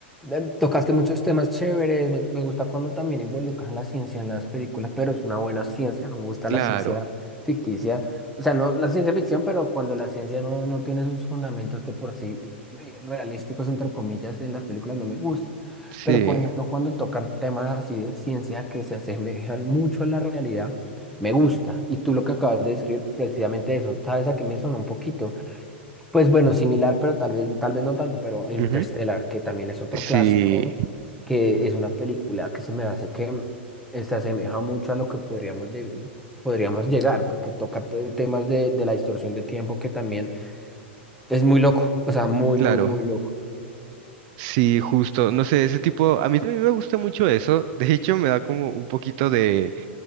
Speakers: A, in the centre; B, on the right.
A: eh, tocaste muchos temas chéveres. Me, me gusta cuando también involucran la ciencia en las películas, pero es una buena ciencia. No me gusta
B: Claro,
A: la ciencia ficticia. O sea, no la ciencia ficción, pero cuando la ciencia no, no tiene sus fundamentos de por sí eh, realísticos, entre comillas, en las películas no me gusta.
B: sí.
A: Pero, por ejemplo, cuando tocan temas así de ciencia que se asemejan mucho a la realidad, me gusta. Y tú lo que acabas de describir, precisamente eso, ¿sabes a qué me sonó un poquito? Pues bueno, similar, pero tal vez, tal vez no tanto, pero Interstellar,
B: Ujú.
A: que también es otro
B: Sí,
A: clásico, que es una película que se me hace que eh, se asemeja mucho a lo que podríamos, lleg- podríamos llegar, porque toca te- temas de, de la distorsión de tiempo que también es muy loco, o sea, muy,
B: claro.
A: muy, muy loco.
B: Sí, justo. No sé, ese tipo, a mí también me gusta mucho eso. De hecho, me da como un poquito de